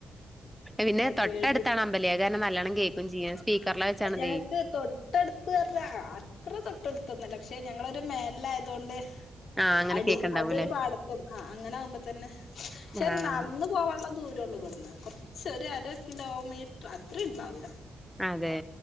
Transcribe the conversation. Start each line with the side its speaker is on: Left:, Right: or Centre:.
Centre: പിന്നെ തൊട്ടടുത്താണോ
Left: കേട്ടിട്ട്
Centre: അമ്പല് ഏതാനും നല്ലോണം കേക്കോ ചെയ്യും. സ്പീക്കറിലാ വെച്ചാണതേ
Left: ഞങ്ങക്ക് തൊട്ടടുത്ത്ന്നറിഞ്ഞാ അത്ര തൊട്ടടുത്ത പക്ഷെ ഞങ്ങളൊരു മേൽ ആയത് കൊണ്ട്
Centre: ആഹ് അങ്ങനെ
Left: അടി
Centre: കേക്ക്ണ്ടാവൂല്ലേ
Left: അതൊരു പാടത്ത് ആ അങ്ങനെ ആകുമ്പോ തന്നെ <unintelligible>
Centre: ആഹ്
Left: നട്ന്ന് പോവാനുള്ള ദൂരം <unintelligible> കൊറ്ച്ച് ഒര് അര കിലോമീറ്റർ അത്രയും ഉണ്ടാവൂല.
Centre: അതെ